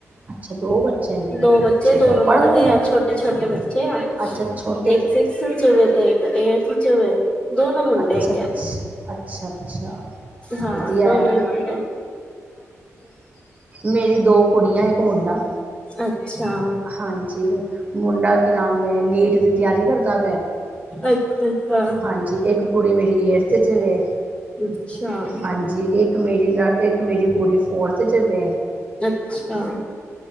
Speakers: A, on the right; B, on the left.
A: ਅੱਛਾ ਦੋ ਬੱਚੇ। ਨੇ
B: ਦੋ ਬੱਚੇ
A: ਅੱਛਾ
B: ਦੋਨੋ
A: ਅੱਛਾ
B: ਪੜਦੇ
A: ਪੜ੍ਹਦੇ
B: ਆ
A: ਨੇ
B: ਛੋਟੇ ਛੋਟੇ ਬੱਚੇ ਆ
A: ਅੱਛਾ ਛੋਟੇ
B: ਇੱਕ
A: ਚ-
B: ਸ ਸੌ ਚਵੇ ਤਾਂ ਸ ਚਵੇ ਦੋਨੋ ਮੁੰਡੇ
A: ਅੱਛਾ
B: ਹੈ
A: ਅੱਛਾ
B: ਕਿਆ।
A: ਅੱਛਾ ਅੱਛਾ
B: ਹਾਂ
A: ਵਧੀਆ
B: ਦੋਨ
A: ਹੈ
B: ਹ
A: ਮੇਰੀ ਦੋ ਕੁੜੀਆਂ ਇੱਕ ਮੁੰਡਾ।
B: ਅੱਛਾ
A: ਹਾਂਜੀ ਮੁੰਡਾ ਕੀ ਨਾਮ ਹੈ ਨੀਟ ਦੀ ਤਿਆਰੀ। ਕਰਦਾ
B: ਅੱਛਾ ਅੱਛਾ
A: ਹਾਂਜੀ ਇੱਕ ਕੁੜੀ ਮੇਰੀ ਏਟਥ ਤੇ ਚ ਵੇ
B: ਅੱਛਾ,
A: ਹਾਂਜੀ ਇੱਕ ਮੇਰੀ ਇੱਕ ਮੇਰੀ ਪੂਰੀ ਫੋਰਥ ਚ ਦੇ
B: ਅੱਛਾ।